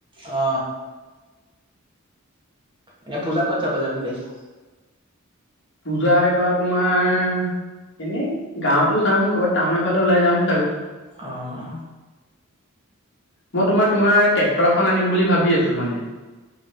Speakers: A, on the right; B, on the left.
A: অ। এনে পূজা কত চাব জাম আহিছিলি
B: পূজা বা তোমাৰ এনে গাঁৱতো চাম কৰবাত টাউনৰ ফালে ওলাই যাম চাগৈ
A: আহ
B: মই তোমাৰ তোমাৰ ট্ৰেক্টৰখন আনিম বুলি ভাবি আছো মানে।